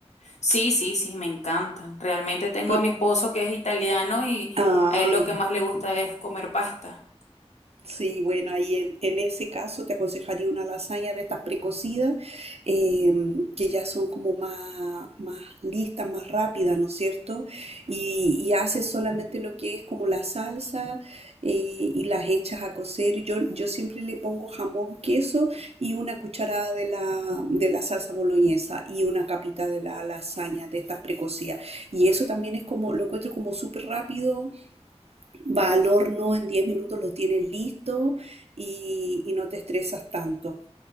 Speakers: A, on the left (about 80°); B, on the right (about 65°).
A: Sí, sí, sí, me encanta. Realmente tengo
B: Por-
A: a mi esposo que es italiano y
B: ah,
A: a él lo que más le gusta es comer pasta.
B: Sí, bueno, ahí en, en ese caso te aconsejaría una lasaña de estas precocidas em, que ya son como más, más listas, más rápidas, ¿no es cierto? Y, y haces solamente lo que es como la salsa eh, y las echas a cocer. Yo, yo siempre le pongo jamón, queso y una cucharada de la, de la salsa boloñesa y una capita de la lasaña de estas precocidas. Y eso también es como, lo encuentro como súper rápido va al horno, en 10 minutos lo tienes listo y, y no te estresas tanto.